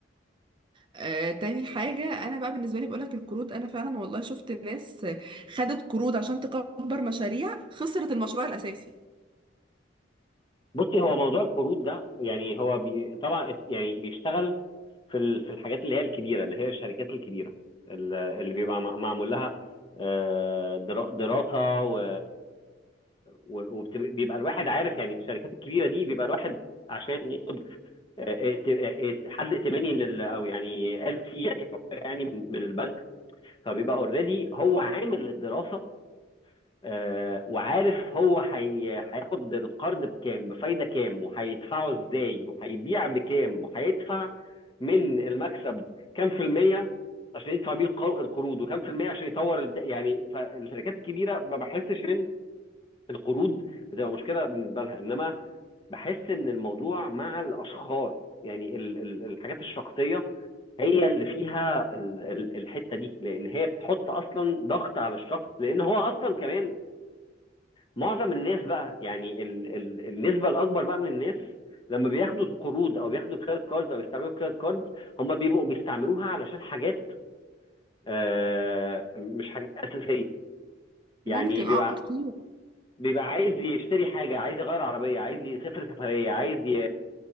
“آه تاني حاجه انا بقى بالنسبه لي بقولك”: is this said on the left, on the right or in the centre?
Right